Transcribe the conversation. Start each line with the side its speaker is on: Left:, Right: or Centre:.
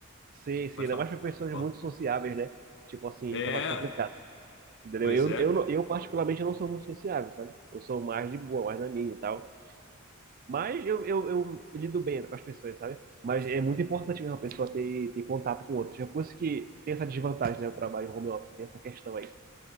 Right: Sim, sim,
Left: Pode
Right: ainda
Left: falar.
Right: mais para pessoas
Left: Fala.
Right: muito sociáveis, né? Tipo assim,
Left: É,
Right: isso é mais complicado. Entendeu?
Left: pois
Right: Eu,
Left: é.
Right: eu, não- eu particularmente não sou muito sociável, sabe? Eu sou mais de boa, mais na minha e tal. Mas eu, eu, eu lido bem né, com as pessoas, sabe? Mas é muito importante mesmo a pessoa ter, ter contato com outros. É por isso que tem essa desvantagem, né? O trabalho home office, tem essa questão aí.